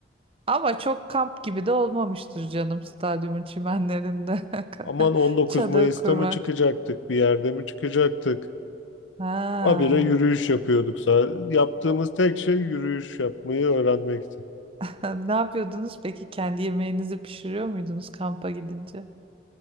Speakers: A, on the right (about 30°); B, on the left (about 80°).
A: Ama çok kamp gibi de olmamıştır canım stadyumun çimenlerinde
B: Aman
A: <laughs>
B: 19
A: çadır
B: Mayıs'ta
A: kurmak.
B: mı çıkacaktık, bir yerde mi çıkacaktık?
A: Ha.
B: Habire yürüyüş yapıyorduk. Sa- Yaptığımız tek şey yürüyüş yapmayı öğrenmekti.
A: <laughs> Ne yapıyordunuz peki? Kendi yemeğinizi pişiriyor muydunuz kampa gidince?